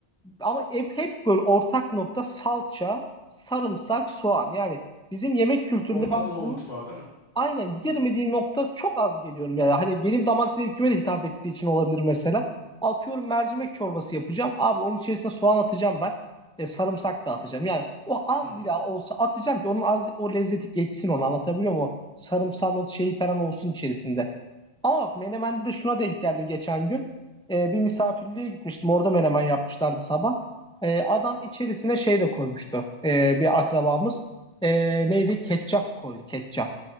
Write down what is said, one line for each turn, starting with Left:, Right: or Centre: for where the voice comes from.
Centre: ama hep, hep böyle ortak nokta salça, sarımsak, soğan. Yani bizim yemek kültüründe
Left: Orta
Centre: ben
Left: Doğu
Centre: bunun
Left: mutfağı değil mi?
Centre: aynen girmediği nokta çok az geliyorum. Yani hani benim damak zevkime de hitap ettiği için olabilir mesela. Atıyorum mercimek çorbası yapacağım. Abi onun içerisine soğan atacağım ben. E, sarımsak da atacağım. Yani o az
Left: Hı hı.
Centre: bile olsa atacağım ki onun az, o lezzeti geçsin onu anlatabiliyor muyum? O sarımsağın o şeyi falan olsun içerisinde. Ama Menemen'de de şuna denk geldim geçen gün. Ee, bir misafirliğe gitmiştim. Orada menemen yapmışlardı sabah. Ee, adam içerisine şey de koymuştu. Ee, bir akrabamız. Ee, neydi? Ketçap koydu. Ketçap.